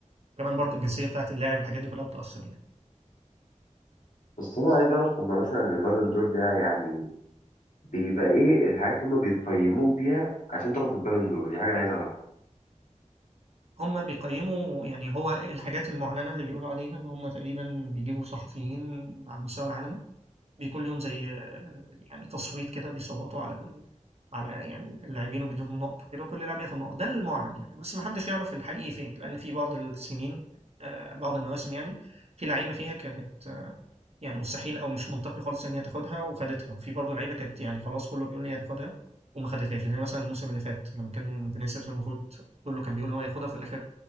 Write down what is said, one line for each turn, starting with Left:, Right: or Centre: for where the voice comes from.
Right: وكمان برضه الجنسية بتاعة اللاعب الحاجات دي كلها بتأثّر يعني.
Left: بس انا عايز اعرف هما مثلا البالون دور ده يعني بيبقى ايه الحاجات اللي هما بيقيموك بيها عشان تاخد البالون دور دي حاجه انا عايز اعرفها
Right: هم بيقيّموا يعني هو الحاجات المعلنة اللي بيقولوا عليها إن هم تقريبًا بيجيبوا صحفيين على مستوى العالم، بيكون ليهم زي آه، يعني تصويت كده بيصوّتوا على ال على يعني اللاعبين وبيدّوهم نُقَط وكده وكل لاعب ياخد نُقَط، ده المُعلن يعني، بس ما حدّش يعرف الحقيقي فين، لإن في بعض السنين آآ بعض المواسم يعني، في لعيبة فيها كانت يعني مستحيل او مش منطقي خالص ان هي تاخدها وخدتها وفي برضه لعيبه كانت يعني خلاص كله بيقول لي هتاخدها وما خدتهاش زي مثلا الموسم اللي فات لما كان فينيسيوس المفروض كله كان بيقول ان هو ياخدها في الاخر